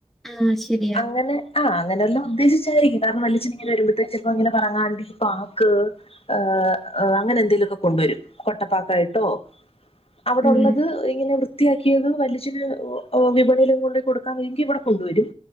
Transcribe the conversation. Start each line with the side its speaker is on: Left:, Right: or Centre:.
Centre: ആഹ് ശെരിയാ
Left: അങ്ങെനെ ആഹ് അങ്ങെനെ വെല്ലോം ഉദ്ദേശിച്ചായിരിക്കും കാരണം വല്യച്ചനിങ്ങെനെ വര്മ്പഴ്ത്തേക്ക് ചെലപ്പോ ഇങ്ങെനെ പറങ്ങാണ്ടീ പാക്ക് ഏഹ് അങ്ങനെ എന്തേലാെക്കെ കൊണ്ട്‌വരും കൊട്ടപ്പാക്കായ്ട്ടോ അവിടൊള്ളത്
Centre: ഉം
Left: ഇങ്ങനെ വൃ ത്തിയാക്കിയത് വല്യച്ചന് ഓ ഓ വിപണിയിലൊക്കെ കൊണ്ടോയ് കൊട്ക്കാൻ വേണ്ടി ഇവിടെ കൊണ്ടുവരും